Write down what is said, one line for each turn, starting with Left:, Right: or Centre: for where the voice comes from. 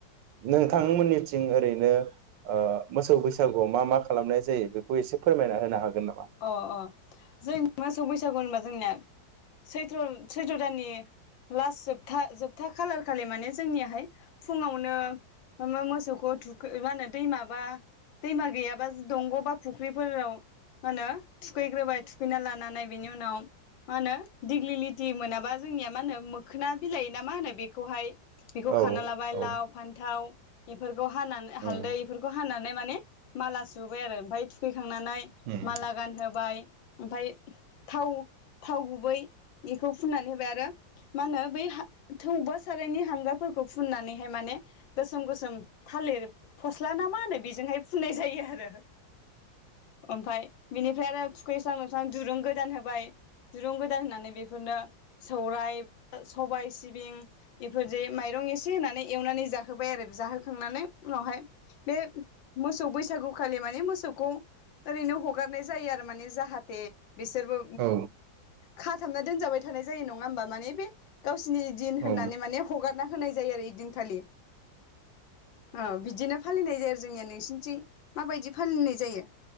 Right: नोंथांमोननिथिं ओरैनो मोसौ बैसागुआव मा मा खालामनाय जायो बेखौ एसे फोरमायना होनो हागोन नामा?
Left: अ अ जों मोसौ बैसागु होनबा जोंनिया सैथ्र' सैथ्र' दाननि लास्ट जोबथा जोबथा खालार खालि माने जोंनियाहाय फुङावनो मो-मोसौखौ थुखै माहोनो दै माबा दैमा गैयाबा दंग'बा फुख्रिफोराव मा होनो थुखैग्रोबाय थुखैना लानानै बेनि उनाव मा होनो दिग्लिलिटि मोनाबा जोंनिया मा होनो मोखोना बिलाय ना मा होनो बेखौहाय बेखौ
Right: औ
Left: खाना लाबाय
Right: औ
Left: लाव फान्थाव बेफोरखौ हानानै हालदै
Right: उम
Left: बेफोरखौ हानानै माने माला सुबाय आरो ओमफाय थुखैखांनानै
Right: उम
Left: माला गान होबाय ओमफाय थाव थाव गुबै इखौ फुननानै होबाय आरो मा होनो बै थौबा सारायनि हांगारफोरखौ फुननानैहाय माने गोसोम गोसोम थालिर फस्ला ना मा होनो बेजोंहाय फुननाय जायो आरो। ओमफाय बेनिफ्राय आरो थुखैस्रां लोबस्रां दुरुं गोदान होबाय दुरुं गोदान होनानै बेफोरनो सौराय सबाय सिबिं बेफोरजों मायरं एसे होनानै एवनानै जाहोबाय आरो जाहोखांनानै उनावहाय बे मोसौ बैसागु खालि माने मोसौ खौ ओरैनो हगार जायो आरो माने जाहाथे बिसोरबो
Right: औ
Left: खा थाबना दोनजाबाय थानाय जायो नङा होमबा माने बे गाव सिनि दिन
Right: औ
Left: होननानै माने हगारना होनाय जायो आरो इदिनखालि। औ बिदिनो फालिनाय जायो आरो जोंनिया नोंसिनिथिं माबायदि फालिनाय जायो